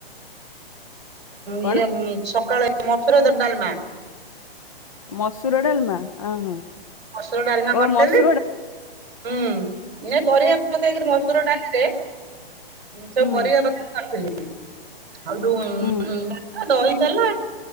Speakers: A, on the left; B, on the right.
A: କଣ
B: ଇଏ ସକାଳେ ମସୁର ଦ-ଡାଲମା।
A: ମସୁର ଡାଲମା ଅହ
B: ମସୁର ଡାଲମା କରିଥିଲି
A: ଓ ମସ୍
B: ହୁଁ ନାଇ ପରିବା ପକେଇକିରି ମସୁର ଡାଲିରେ ଉଁ ସବୁ
A: ହୁଁ
B: ପରିବା ପକେଇକି କରିଥିଲି ଅ ଡୁନ୍
A: ହୁଁ।
B: ଆ ଦହି ଦେଲା